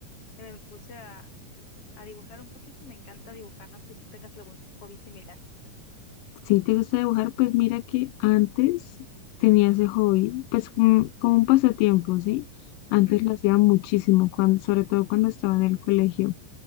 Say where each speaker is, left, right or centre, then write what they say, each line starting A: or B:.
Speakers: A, on the left (about 45°); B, on the left (about 85°).
A: eh, me puse a, a dibujar un poquito. Me encanta dibujar, no sé si tú tengas algún hobby similar.
B: Si te gusta dibujar, pues mira que antes tenía ese hobby, pues como, como un pasatiempo, ¿sí? Antes
A: Ujú.
B: lo hacía muchísimo, cuando, sobre todo cuando estaba en el colegio.